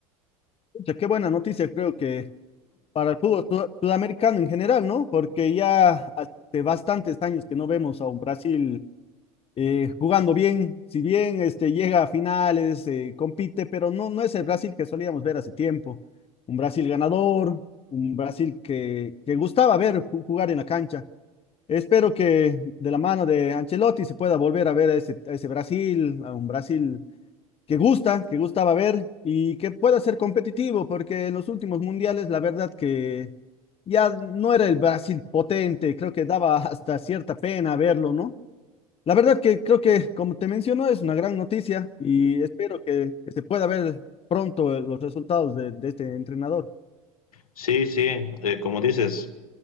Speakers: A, on the left (about 30°); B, on the left (about 85°).
A: Pucha, qué buena noticia, creo que para el fútbol sud- sudamericano en general, ¿no? Porque ya hace bastantes años que no vemos a un Brasil eh, jugando bien, si bien este, llega a finales, eh, compite, pero no, no es el Brasil que solíamos ver hace tiempo. Un Brasil ganador, un Brasil que, que gustaba ver ju- jugar en la cancha. Espero que de la mano de Ancelotti se pueda volver a ver a ese, a ese Brasil, a un Brasil que gusta, que gustaba ver y que pueda ser competitivo, porque en los últimos mundiales la verdad que ya no era el Brasil potente, creo que daba <laughs> hasta cierta pena verlo, ¿no? La verdad que creo que, como te menciono, es una gran noticia y espero que, que se pueda ver pronto eh, los resultados de de este entrenador.
B: Sí, sí, eh, como dices,